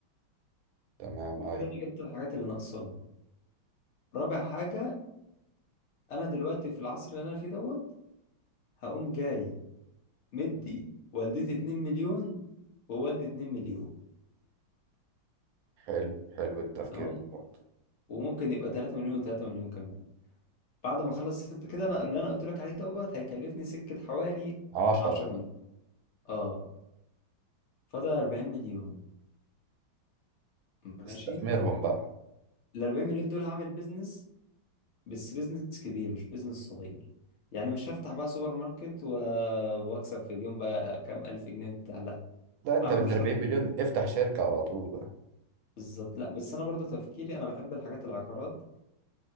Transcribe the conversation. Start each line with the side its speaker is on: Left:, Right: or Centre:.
Right: تمام ايوه
Left: كده انا جبت الحاجات اللي ناقصاني رابع حاجه انا دلوقتي في العصر اللي انا فيه دوت هقوم جاي مدي والدتي 2 مليون ووالدي 2 مليون
Right: حلو حلو التفكير
Left: تمام
Right: ده برضه
Left: وممكن يبقى 3 مليون و3 مليون كمان بعد ما اخلص ست كده انا اللي انا قلت لك عليه دوت هيكلفني سكة حوالي
Right: 10
Left: 10 مليون اه فاضل 40 مليون ماشي
Right: استثمرهم بقى
Left: ال 40 مليون دول هعمل بيزنس بس بيزنس كبير مش بيزنس صغير يعني مش هفتح بقى سوبر ماركت و... واكسب في اليوم بقى كام الف جنيه وبتاع لا
Right: لا انت
Left: هعمل
Right: بال
Left: مشروع
Right: 40
Left: كبير
Right: مليون افتح شركة على طول بقى
Left: بالظبط لا بس انا برضو تفكيري انا بحب الحاجات العقارات